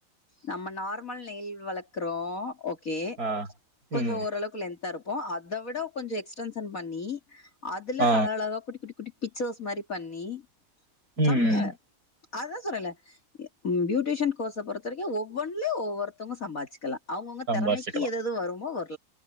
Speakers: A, on the left; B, on the right.
A: நம்ம நார்மல் நெயில் வளக் குறோம் ஓ கே
B: ஆ.
A: கொஞ்சோ
B: ம்.
A: ஓரளவுக்கு லென்தாயிருக்கு இப்போ அத விட கொஞ்சோ எக்ஸ்டென்ஷன் பண்ணி அதுல
B: ஆ.
A: கழகழகா குட்டி குட்டி குட்டி பிக்ச்சர்ஸ் மாரி பண்ணி
B: ம்.
A: சம்மயா அதுதா சொல்றேல பியூட்டிஷியன் கோர்ஸ பொறுத் இத்தனைக்கு ஒவ்வொன்ல ஒவ்வொருத்தங்க சம்பாதிச்சுக்கலா அவங்கவுங்க
B: சம்பாரிச்சுக்கலாம்.
A: தெறமைக்கு எதுயெது வருமோ வரு